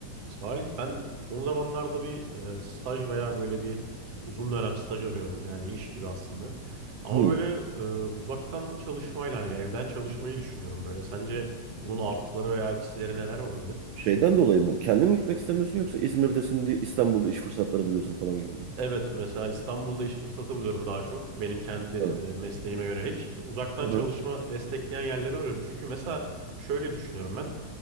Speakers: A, on the right; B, on the right.
A: Salih ben son zamanlarda bir e, staj veya böyle bir uzun dönem staj arıyorum. Yani iş gibi aslında. Ama
B: Hı.
A: böyle e, uzaktan çalışmayla hani evden çalışmayı düşünüyorum böyle. Sence bunun artıları veya eksileri neler olabilir?
B: Şeyden dolayı mı? Kendin mi gitmek istemiyorsun yoksa İzmir'desin diye İstanbul'da iş fırsatları buluyorsun falan gibi mi?
A: Evet mesela İstanbul'da iş fırsatı buluyorum daha çok benim kendi
B: Hı.
A: e, mesleğime yönelik. E, Uzaktan
B: Hı hı.
A: çalışma destekleyen yerleri arıyorum. Çünkü mesela şöyle düşünüyorum ben.